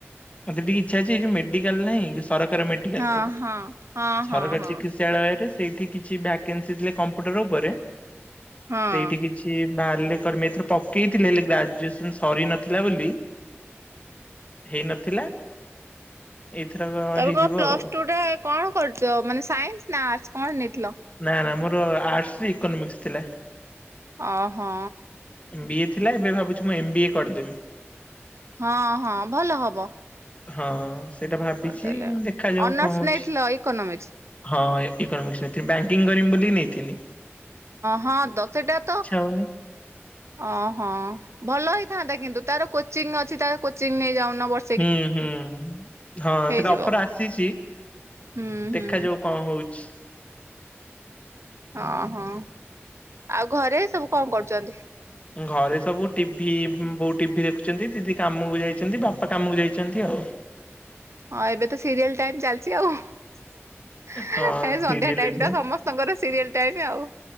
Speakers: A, on the left; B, on the right.
A: ମତେ ଟିକେ ଇଛା ଅଛି ଏ ଯୋଉ ମେଡିକାଲ ନାହିଁ ସରକାରୀ ମେଡିକାଲ
B: ହଁ
A: ସବୁ
B: ହଁ ହଁ
A: ସରକାରୀ
B: ହଁ ହଁ।
A: ସୀ ବିଦ୍ୟାଳୟରେ ସେଇଠି କିଛି ଭ୍ୟାକେନ୍ସି ଥିଲେ କମ୍ପୁଟର ଉପରେ
B: ହଁ
A: ସେଇଠି କି କିଛି ବାହାରିଲେ କର୍ମେ ଏଥର ପକେଇଥିଲେ ହେଲେ ଗ୍ରାଜୁଏସନ୍ ସରି ନଥିଲା ବୋଲି ହେଇନଥିଲା ଏଇଥର
B: ତମେ
A: ହେଇଯିବ
B: କଣ ପ୍ଲସ
A: ଆଉ।
B: ଟୁ ରେ କଣ କରୁଛ ମାନେ ସାଇନ୍ସ୍ ନା ଆର୍ଟସ୍ କଣ ନେଇଥିଲ?
A: ନା ନା ମୋର ଆର୍ଟସରେ ଇକୋନୋମିକ୍ସ ଥିଲା।
B: ଓହୋ।
A: ବିଏ ଥିଲା ଏବେ ଭାବୁଛି ମୁଁ ଏମ୍ ବିଏ କରିଦେବି।
B: ହଁ ହଁ ଭଲ ହବ।
A: ହଁ ସେଇଟା ଭାବିଛି
B: କରିଦେଲେ।
A: ଦେଖାଯାଉ
B: ଅନର୍ସ
A: କଣ ହଉଛି।
B: ନେଇଥିଲ ଇକୋନୋମିକ୍ସ
A: ହଁ ଇକୋନୋମିକ୍ସ ନେଇଥି ବ୍ୟାଙ୍କିଙ୍ଗ କରିମି ବୋଲି ନେଇଥିନି।
B: ହଁ ତ ସେଟା ତ
A: ହଉନି
B: ଓହୋ ଭଲ ହେଇଥାନ୍ତା କିନ୍ତୁ ତାର କୋଚିଂ ଅଛି ତାର କୋଚିଂ ନେଇଯାଉନ ବ
A: ହୁଁ ହୁଁ ହଁ
B: ହେଇଯିବ
A: ସେଇଟା ଅଫର ଆସିଛି
B: ହୁଁ ହୁଁ
A: ଦେଖାଯାଉ କଣ ହଉଛି।
B: ଓଁହୋ ଆଉ ଘରେ ସବୁ କଣ କରୁଛନ୍ତି?
A: ଘରେ ସବୁ ଟିଭି ବୋଉ ଟିଭି ଦେଖୁଛନ୍ତି ଦିଦି କାମକୁ ଯାଇଛନ୍ତି ବାପା କାମକୁ ଯାଇଛନ୍ତି ଆଉ।
B: ହଁ ଏବେ ତ ସିରିଏଲ୍ ଟାଇମ୍ ଚାଲିଛି ଆଉ। ସନ୍ଧ୍ୟା
A: ହଁ ସିରିଏଲ
B: ଟାଇମ
A: ହେଇକିନା
B: ଟା ସମସ୍ତଙ୍କର ସିରିଏଲ୍ ଟାଇମ ଆଉ।